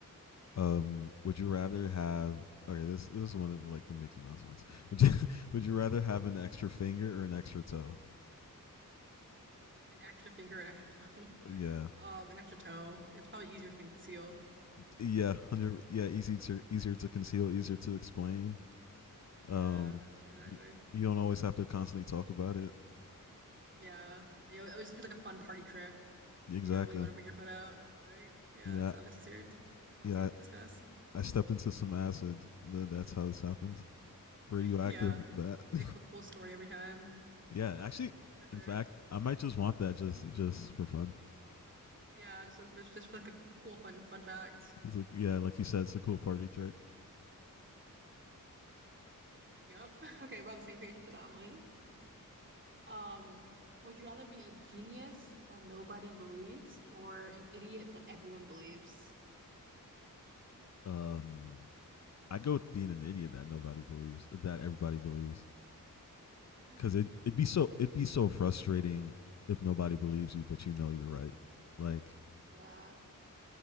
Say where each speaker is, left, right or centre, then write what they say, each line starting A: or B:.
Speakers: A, on the left; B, on the right.
A: Um, would you rather have? Okay, this this is one of like the Mickey Mouse ones. Would you <laughs> would you rather have an extra
B: Mm.
A: finger or an extra toe?
B: An extra finger, an extra toe. <laughs>
A: Yeah,
B: Um, an extra toe. It's probably easier to conceal.
A: yeah, hundred. Yeah, easy to easier to conceal, easier to explain.
B: Yeah,
A: Um,
B: exactly.
A: you, you don't always have to constantly talk about it.
B: Yeah, yeah. It would just be like a fun party trick.
A: Exactly.
B: You know, when you want to bring your foot out, like, yeah,
A: Yeah.
B: it's not necessary to cause
A: yeah,
B: you discuss.
A: I, I stepped into some acid. Th- That's how this happened. Radioactive
B: <laughs> Yeah,
A: bat. <laughs>
B: make up a cool story every time
A: Yeah, actually,
B: for sure.
A: in fact, I might just want that just just for fun.
B: Yeah, just for, just for like the cool fun fun fact.
A: It's like yeah, like you said, it's a cool party trick.
B: Yep. <laughs> Okay, we're on the same page for that one. Um, would you rather be a genius that nobody believes or an idiot that everyone believes?
A: Um, I'd go with being an idiot that nobody believes, that everybody believes,
B: Hmm,
A: because it
B: interesting.
A: it'd be so it'd be so frustrating if nobody believes you, but you know you're right. Like,
B: Yeah.